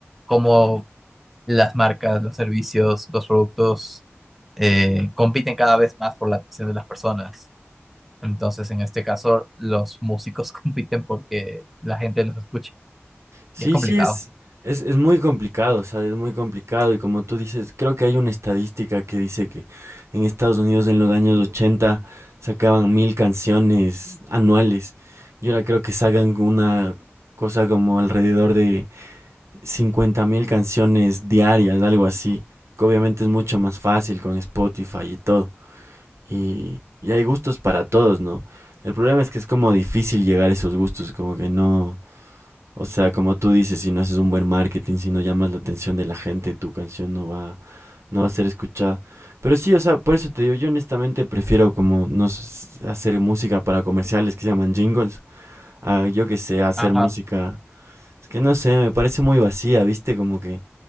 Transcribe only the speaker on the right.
Sí,
sí, es, es, es muy complicado, ¿sabes? Es muy complicado y como tú dices, creo que hay una estadística que dice que en Estados Unidos en los años 80 sacaban mil canciones anuales y ahora creo que sacan una cosa como alrededor de 50 mil canciones diarias, algo así. que Obviamente es mucho más fácil con Spotify y todo. Y, y hay gustos para todos, ¿no? El problema es que es como difícil llegar a esos gustos, como que no, o sea, como tú dices, si no haces un buen marketing, si no llamas la atención de la gente, tu canción no va, no va a ser escuchada. Pero sí, o sea, por eso te digo, yo honestamente prefiero como no s- hacer música para comerciales que se llaman jingles, a yo que sé, hacer
música, es que no sé, me parece muy vacía, ¿viste? Como que